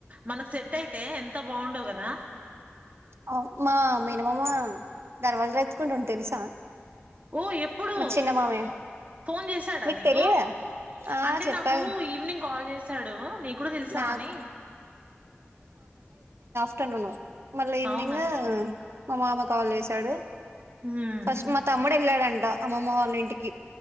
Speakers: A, on the right; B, on the right.
A: మనకు సెట్ అయితే ఎంత బాగుండో కదా
B: అ మా మేనా మామ దర్వాజ్ లు ఎత్తుకుంటుండు తెలుసా
A: ఓ ఎప్పుడు
B: మా చిన్న మామయ్య
A: ఫోన్ చేసాడా
B: మీకు
A: నీకు
B: తెలియదా ఆ
A: అంటే
B: చెప్పా
A: నాకు ఈవినింగ్ కాల్ చేశాడు నీ కూడా తెలుసా
B: నాకు
A: అని
B: ఫ్టర్ నూన్ మళ్ళ ఈవినింగ్
A: అవునా
B: మా మామ కాల్ చేసాడు
A: హ్మ్
B: ఫస్ట్ మా తమ్ముడు వెళ్ళాడన్ అమ్మమ్మ వాళ్ళ ఇంటికి